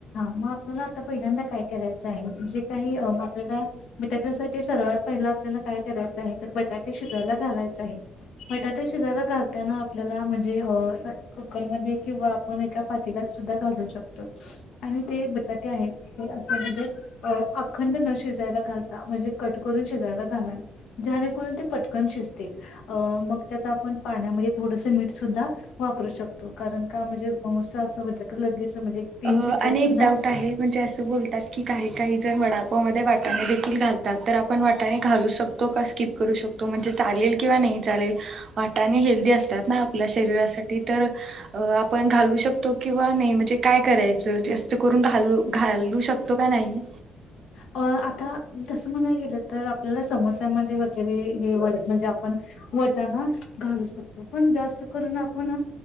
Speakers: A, on the left; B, on the right.
A: म आपल्याला आता पहिल्यांदा काय करायचं आहे जे काही आपल्याला बटाट्यासाठी सर्वात पहिला आपल्याला काय करायचं आहे तर बटाटे शिजायला घालायच आहे. बटाट्या शिजायला घालताना. आपल्याला म्हणजे अ कुकरमध्ये किंवा आपण एका पतीलात सुद्धा घालू शकतो. आणि ते बटाटे आहेत ते अस म्हणजे अखंड न शिजायला न घालता म्हणजे कट करून शिजायला घाला. जाणे करून ते पटकन शिजतील. अ मग त्यात आपण पाण्यामध्ये थोडस मीठ सुद्धा वापरू शकतो. कारण का मंजे माउसा असा बटाटा लगेच म्हणजे
B: अ
A: चिट्ट्यात
B: अनेक
A: सुद्धा
B: डाऊट आहे. म्हणजे असं बोलतात की काही काही जण वड्या वड्या मध्ये वाटणे देखील घलतात. तर आपण आपण वाटणे घालू शकतो का स्किप करू शकतो. म्हणजे चालेल किंवा नाही चालेल वाटाने हेल्दी असतात ना आपल्या शरीरासाठी तर आपण घालू शकतो किंवा नाही म्हणजे काय करायचं जास्त करून करून घालू. घालू शकतो का नाही.
A: अ आता तसं म्हणाय गेलं तर आपल्याला समोस्या मध्ये वगैरे हे म्हणजे आपण वटना घालू शकतो पण जास्त करून आपण